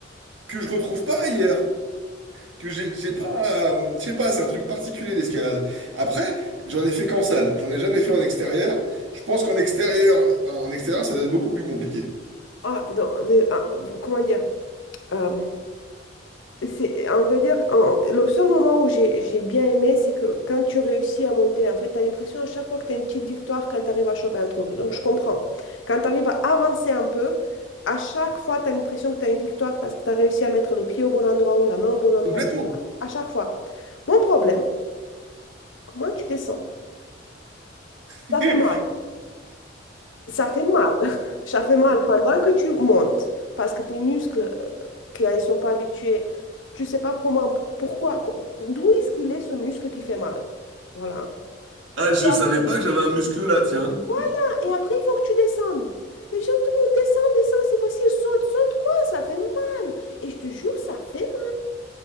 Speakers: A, on the right; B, on the left.
A: que je retrouve pas ailleurs. que j'ai j'ai pas, euh, je sais pas, c'est un truc particulier l'escalade. Après, j'en ai fait qu'en salle, j'en ai jamais fait en extérieur. Je pense qu'en extérieur, en en extérieur, ça doit être beaucoup plus compliqué.
B: Ah, non, des- ah, comment dire? Euh, c'est, on va dire, en- le seul moment où j'ai j'ai bien aimé, c'est que quand tu réussis à monter, en fait, tu as l'impression à chaque fois que tu as une petite victoire quand tu arrives à choper un truc. Donc, je comprends. Quand tu arrives à avancer un peu, à chaque fois, tu as l'impression que tu as une victoire parce que tu as réussi à mettre le pied au bon endroit ou la main au bon endroit,
A: Complètement.
B: etc. À chaque fois. Mon problème, comment tu descends
A: <laughs>
B: Ça fait mal. Ça fait mal. <laughs> Ça fait mal pendant que tu montes parce que tes muscles, euh, quand ils sont pas habitués, tu sais pas comment, pourquoi, co- d'où est-ce qu'il est ce muscle qui fait mal. Voilà.
A: Ah, je
B: Et
A: savais
B: ap-
A: pas que j'avais un muscle là, tiens.
B: voilà. Et après, il faut que tu descendes. Et gens, tout le monde descend, descend, c'est facile, saute, saute, quoi, ça fait mal. Et je te jure, ça fait mal.